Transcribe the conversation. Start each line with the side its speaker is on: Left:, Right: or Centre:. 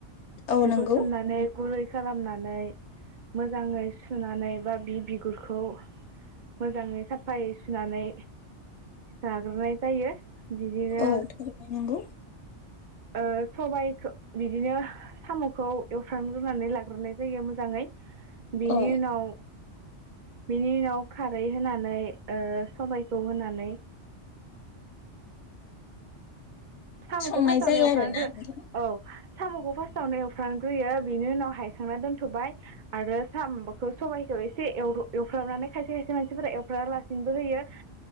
Left: औ
Right: बेखौ
Left: नंगौ
Right: सोमनानै गुरै खालामनानै मोजाङै सुनानै बा बि बिगुरखौ मोजाङै साफायै सुनानै लाग्रोनाय जायो बिदिनो
Left: औ थारैनो नंगौ
Right: ओ सबायाइखो बिदिनो साम खौ एवफ्रामग्रोनानै लाग्रोनाय जायो मोजाङै बेनि
Left: औ
Right: उनाव बिनि उनाव खारै होनानै सामखौ
Left: संनाय
Right: फास्स्टआवनो
Left: जायो
Right: एवफ्रानग्रो
Left: आरोना नोंथां
Right: औ सामखौ फार्स्टावनो एवफ्रानग्रोयो बेनि उनाव हायखांना दोनथ बाय आरो साम माबाखौ सबाइखौ एसे एवद एवफ्राननानै खायसे खायसे मानसिफोरा एवफ्रानालासिनोबो होयो